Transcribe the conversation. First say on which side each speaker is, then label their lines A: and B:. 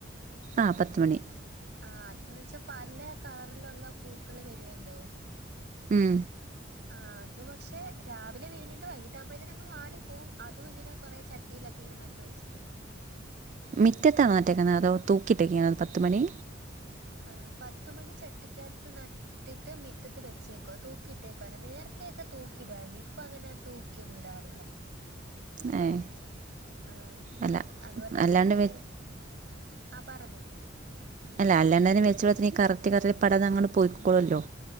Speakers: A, on the right; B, on the right.
A: ആഹ് പത്ത്മണി.
B: ആ അതന്ന്ച്ചാ പല കളറിലുള്ള പൂക്കള് വെര്വല്ലോ?
A: ഉം
B: ആ അത് പക്ഷെ രാവിലെ വിരിഞ്ഞിട്ട് വൈകിട്ട് ആകുമ്പഴ്ത്തേനങ്ങ് വാടി പോവും. അതും ഇങ്ങനെ കൊറേ ചട്ടിയിലൊക്കെ ഇങ്ങനെ നട്ട് വെച്ചിട്ടുണ്ട്.
A: മിറ്റത്താണോ നട്ടേക്കുന്നത് അതോ? തൂക്കിയിട്ടേക്കെയാണോ പത്ത് മണി.
B: ആഹ്. പത്തുമണി ചട്ടിക്കകത്ത് നട്ട് ഇട്ടിട്ട് മിറ്റത്ത് വെച്ചേക്ക്വ. തൂക്കിയിട്ടേ ക്ക്വ. നേരത്തെ ഒക്കെ തൂക്കി ഇട്വാരുന്നു. ഇപ്പൊ അങ്ങനെ തൂക്കിയൊന്നും ഇടാറില്ല.
A: ഏ ഹ്.
B: ആ
A: അല്ല
B: അതുപോലെ തന്നെ
A: അല്ലാണ്ട് വ
B: ഈ ആ പറഞ്ഞൊ.
A: അല്ല. അല്ലാണ്ടന്നെ വച്ചോളത്തി ഈ കറക്റ്റ് കറക്റ്റ് പടം അതങ്ങ് പോയിക്കോളൊല്ലോ?